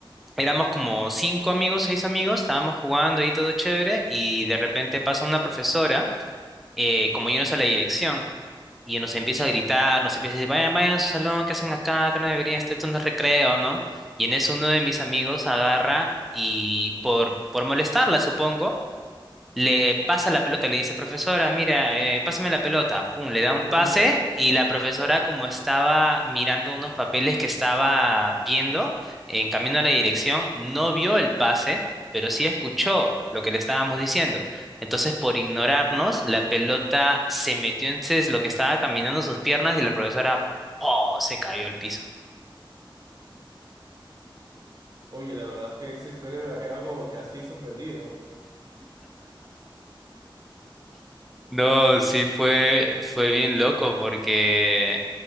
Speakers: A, in the centre; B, on the right (about 50°).
A: éramos como cinco amigos, seis amigos, estábamos jugando ahí todo chévere y de repente pasa una profesora, eh, como yéndose a la dirección y nos empieza
B: ujú.
A: a gritar, nos empieza a decir, vayan, vayan a su salón, ¿qué hacen acá? Que no deberían estar, esto no es recreo, ¿no? Y en eso uno de mis amigos agarra y por, por molestarla, supongo, le pasa la pelota, le dice, profesora, mira, eh, pásame la pelota. Pum, le da
B: Uy,
A: un pase
B: no.
A: y la profesora, como estaba mirando unos papeles que estaba viendo en camino a la dirección, no vio el pase, pero sí escuchó lo que le estábamos diciendo. Entonces, por ignorarnos, la pelota se metió en ses- lo que estaba caminando en sus piernas y la profesora, oh, se cayó al piso.
B: Oye, la verdad es que esa historia me ha quedado como que así sorprendido.
A: No, sí fue, fue bien loco porque